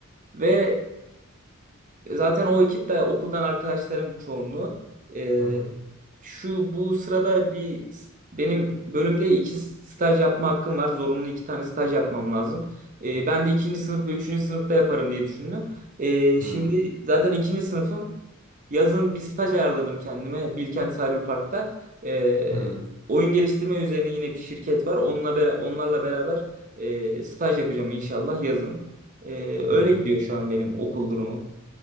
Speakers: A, on the right; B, on the left.
A: ve Zaten o ekipte okuldan arkadaşlarım çoğunluğu. Ee,
B: Hı hı.
A: şu bu sırada bir s- benim bölümde iki staj yapma hakkım var. Zorunlu iki tane staj yapmam lazım. Ee, ben de ikinci sınıf ve üçüncü sınıfta yaparım diye düşündüm. Ee, şimdi
B: Hmm.
A: zaten ikinci sınıfım. Yazın bir staj ayarladım kendime Bilkent Cyberpark'ta. Ee,
B: Hmm.
A: oyun geliştirme üzerine yine bir şirket var. Onunla bera- onlarla beraber e, staj yapacağım inşallah yazın. Ee, öyle
B: Hı hı.
A: gidiyor şu an benim okul durumu.